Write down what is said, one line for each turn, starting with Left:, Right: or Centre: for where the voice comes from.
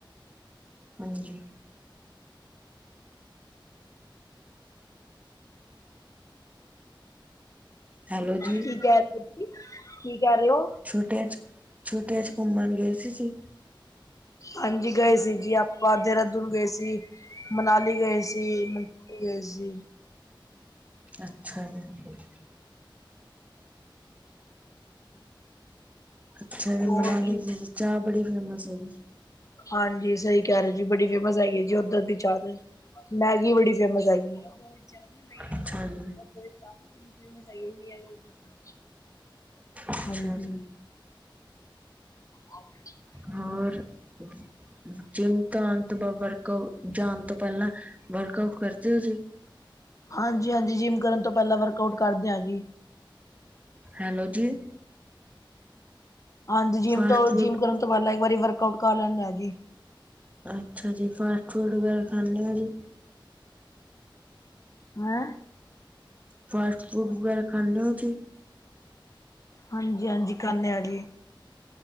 Right: ਹਾਂਜੀ। ਹੈਲੋ ਜੀ
Left: ਕੀ ਕੈ ਰੇ ਕੀ ਕੈ ਰੇ ਓ?
Right: ਛੁੱਟੀਆਂ 'ਚ ਛੁੱਟੀਆਂ 'ਚ ਘੁੰਮਣ ਗਏ ਸੀ ਤੁਸੀਂ?
Left: ਹਾਂਜੀ, ਗਏ ਸੀ ਜੀ ਆਪਾਂ ਦੇਹਰਾਦੂਨ ਗਏ ਸੀ। ਮਨਾਲੀ ਗਏ ਸੀ, ਮਨਸੂਰੀ ਗਏ ਸੀ।
Right: ਅੱਛਾ ਜੀ। <unintelligible> ਅੱਛਾ ਜੀ
Left: ਹੋਰ
Right: ਮਨਾਲੀ
Left: ਜੀ
Right: ਦੀ ਤੇ ਚਾਹ ਬੜੀ ਫੇਮਸ ਹੋਈ।
Left: ਹਾਂਜੀ, ਸਈ ਕੈ ਰੇ ਓ ਜੀ ਬੜੀ ਫੇਮਸ ਹੈਗੀ ਓਦਰ ਦੀ ਚਾਹ ਤੇ। ਮੈਗੀ, ਬੜੀ ਫੇਮਸ ਹੈਗੀ ਹੈ। ਉਧਰ
Right: ਅੱਛਾ ਜੀ
Left: ਦੀ ਚਾਹ ਬੜੀ ਫੇਮਸ ਹੈਗੀ ਜੀ। <inaudible>
Right: ਅੱਛਾ
Left: ਹਾਂਜੀ।
Right: ਜੀ
Left: ਹਾਂਜੀ।
Right: ਹੋਰ ਤੁਸੀਂ ਜਿੰਮ ਤੋਂ ਆਉਣ ਤੋਂ ਬਾ ਵਰਕ ਆਊਟ, ਜਾਣ ਤੋਂ ਪਹਿਲਾਂ, ਵਰਕਆਊਟ ਕਰਦੇ ਸੀ?
Left: ਹਾਂਜੀ- ਹਾਂਜੀ ਜਿੰਮ ਕਰਨ ਤੋਂ ਪਹਿਲਾਂ ਵਰਕ ਆਊਟ ਕਰਦੇ ਹਾਂ ਜੀ।
Right: ਹੈਲੋ ਜੀ।
Left: ਹਾਂਜੀ, ਜਿੰਮ
Right: ਫਾਸਟ
Left: ਤੋਂ
Right: ਫੂਡ
Left: ਜਿੰਮ ਕਰਨ ਤੋਂ ਪਹਿਲਾਂ ਇੱਕ ਵਾਰੀ ਵਰਕਆਊਟ ਕਰ ਲੈਂਣੇ ਆਂ ਜੀ।
Right: ਅੱਛਾ ਜੀ, ਫਾਸਟ ਫੂਟ ਵਗੈਰਾ, ਖਾਂਦੇ ਹੋ ਜੀ।
Left: ਹੈਂ
Right: ਫਾਸਟ ਫੂਡ ਵਗੈਰਾ, ਖਾਂਦੇ ਹੋ ਜੀ?
Left: ਹਾਂਜੀ- ਹਾਂਜੀ ਖਾਣੇ ਆ ਜੀ।